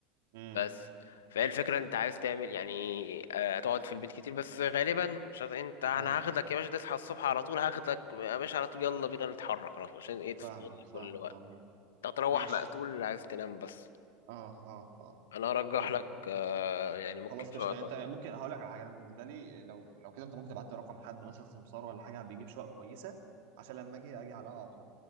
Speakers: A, on the right; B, on the left.
A: امم
B: بس فهي الفكرة انت عايز تعمل يعني آه تقعد في البيت كتير بس غالبا مش عارف انت انا
A: اه
B: هاخدك يا باشا تصحى الصبح على طول هاخدك يا باشا على طول يلا بينا نتحرك على طول عشان ايه
A: فاهمك
B: تستغل
A: فاهمك
B: كل وقت
A: عامه
B: تروح
A: ماشي
B: مقتول عايز تنام بس
A: اه اه اه
B: انا ارجح
A: طيب
B: لك آه، يعني ممكن
A: خلاص
B: شويه
A: قشطه
B: تأجر
A: انت ممكن هقول لك على حاجه أنا بالنسبه لي لو لو كده انت ممكن تبعت لي رقم حد مثلا سمسار ولا حاجه بيجيب شقق كويسه عشان لما اجي اجي عليها على طول